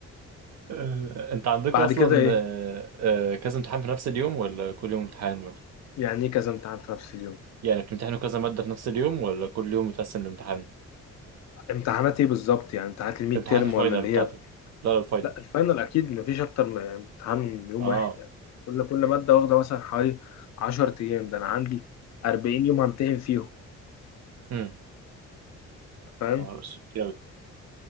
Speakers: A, on the right (about 60°); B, on the left (about 65°).
A: آه، انت عندكم
B: بعد
A: اصلا
B: كده إيه؟
A: آه، آه، كذا امتحان في نفس اليوم ولا كل يوم امتحان ولا
B: يعني ايه كذا امتحان في نفس اليوم
A: يعني بتمتحنوا كذا مادة في نفس اليوم ولا كل يوم متقسم لامتحان؟
B: امتحانات ايه بالظبط يعني امتحانات الميد
A: امتحانات
B: تيرم
A: الفاينل
B: ولا اللي
A: بتاعتك
B: هي
A: لا لا الفاينل
B: لا الفاينل اكيد مفيش اكتر من امتحان من يوم
A: اه
B: واحد يعني كل كل ماده واخده مثلا حوالي 10 ايام ده انا عندي 40 يوم همتحن فيهم
A: امم
B: فاهم
A: اه بس كتير أوي.